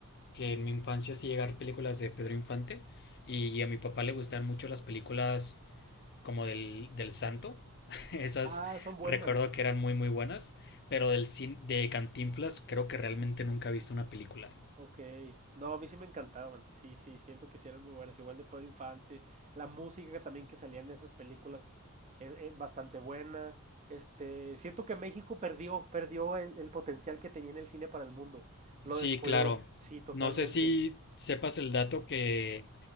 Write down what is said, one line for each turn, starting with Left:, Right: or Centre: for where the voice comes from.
Left: que en mi infancia sí llegaron películas de Pedro Infante y a mi papá le gustaban mucho las películas como del, del Santo. <laughs> Esas
Right: Ah, son buenas.
Left: recuerdo que eran muy muy buenas, pero del cin- de Cantinflas creo que realmente nunca he visto una película.
Right: Ok, no, a mí sí me encantaban, sí, sí, siento que sí eran muy buenas, igual de Pedro Infante, la música también que salía en esas películas es, es bastante buena, este, siento que México perdió, perdió el, el potencial que tenía en el cine para el mundo, lo
Left: Sí,
Right: descuidó,
Left: claro.
Right: sí, totalmente.
Left: No sé si sepas el dato que